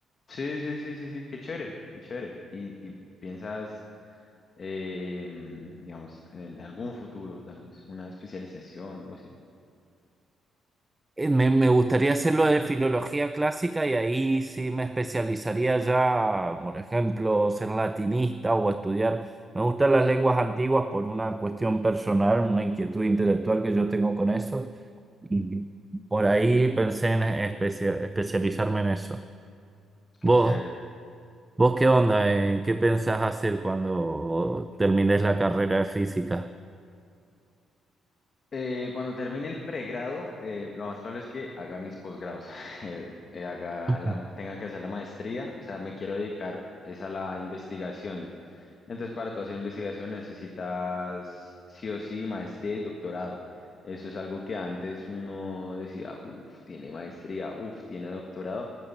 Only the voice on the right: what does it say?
Eh, Me, me gustaría hacerlo de filología clásica y ahí sí me especializaría ya, por ejemplo, ser latinista o estudiar. Me gustan las lenguas antiguas por una cuestión personal, una inquietud intelectual que yo tengo con eso. Y por ahí pensé en especia- especializarme en eso.
¿Vos,
vos qué onda? eh? ¿Qué pensás hacer cuando termines la carrera de física?
<laughs> Ujú.